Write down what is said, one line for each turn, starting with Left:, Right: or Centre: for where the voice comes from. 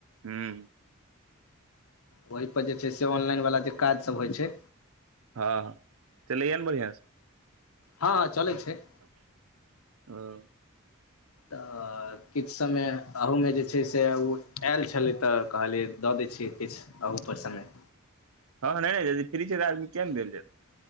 Right: हूँ
Left: ओहि पर जे छै से ऑनलाइन वाला जे काज सभ होइ छै
Right: हँ हँ चलैय ने बढ़िआ से
Left: हँ चलै छै
Right: ह
Left: तऽ कऽ ओ समय अहूमे जे छै से ओ आयल छलै त कहलियै दऽ दै छियै किछु आप समय।
Right: हँ नहि नहि यद फ्री छै तऽ आदमी केम देल जाब